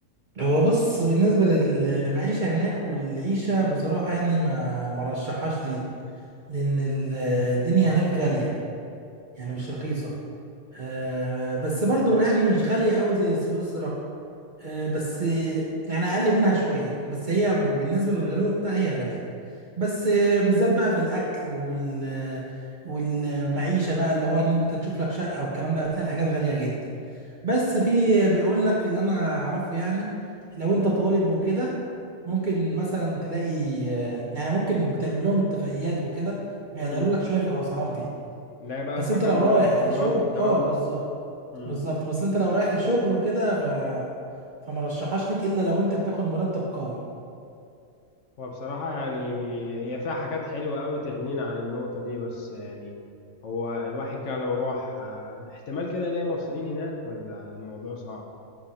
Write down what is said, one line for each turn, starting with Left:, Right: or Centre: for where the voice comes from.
Right: هو بص بالنسبة للمعيشة هناك والعيشة بصراحة يعني ما ما رشحهاش ليك لأن ال- الدنيا هناك غالية يعني مش
Left: امم
Right: رخيصة آه، بس برضو يعني مش غالية أوي زي سويسرا آه، بس آه، يعني اقل منها شويه بس هي بالنسبه للغلو بتاعها هي غاليه بس آه، بالذات بقى في الاكل وال والمعيشه بقى اللي هو ان انت تشوف لك شقه والكلام ده هتلاقي الحاجات غاليه جدا بس في بيقول لك اللي انا اعرفه يعني لو انت طالب وكده ممكن مثلا تلاقي آه، يعني ممكن بتعمل لهم اتفاقيات وكده بيقللوا
Left: امم
Right: لك شويه في الاسعار دي
Left: نلاقي بقى
Right: بس
Left: سكن
Right: انت لو رايح
Left: طلاب
Right: لشغل
Left: والكلام
Right: اه بالظبط
Left: ده امم
Right: بالظبط بس انت لو رايح لشغل وكده ف فما رشحهاش ليك الا لو انت بتاخد مرتب قوي
Left: وبصراحة يعني هي فيها حاجات حلوة قوي تغنينا عن النقطة دي بس يعني هو الواحد كده لو راح آه، احتمال كده يلاقي مصريين هناك ولا الموضوع صعب